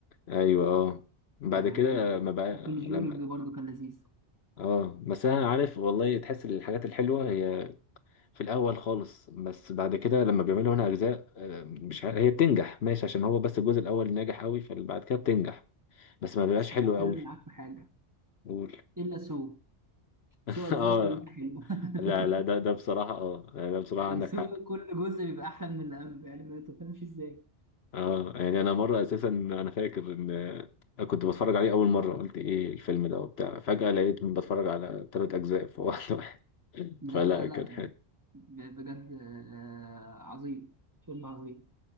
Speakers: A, on the left; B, on the right.
A: ايوه اه بعد
B: كان عجبني
A: كده
B: الاول
A: ما بقى
B: وكونجورنج
A: لما
B: برضه كان لذيذ
A: اه بس انا عارف والله تحس ان الحاجات الحلوه هي في الاول خالص بس بعد كده لما بيعملوا هنا اجزاء آه، مش ع- هي بتنجح ماشي عشان هو بس الجزء الاول ناجح قوي فبعد كده بتنجح بس ما بيبقاش
B: بس
A: حلو
B: بعترض
A: قوي
B: معاك في حاجه
A: قول
B: الا سو
A: <laughs>
B: سو اجزاء
A: اه
B: كلها حلوه <laughs>
A: لا لا ده ده بصراحه اه لا ده بصراحه
B: يعني
A: عندك
B: سو
A: حق
B: كل جزء بيبقى احلى من اللي قبل يعني ما تفهمش ازاي
A: اه يعني انا مره اساسا انا فاكر ان كنت بتفرج عليه اول مره قلت ايه الفيلم ده وبتاع فجاه لقيت بتفرج على ثلاث اجزاء في واحد واحد <laughs>
B: لا
A: فلا
B: لا
A: كان
B: لا
A: حلو
B: ب- بجد آه، عظيم فيلم عظيم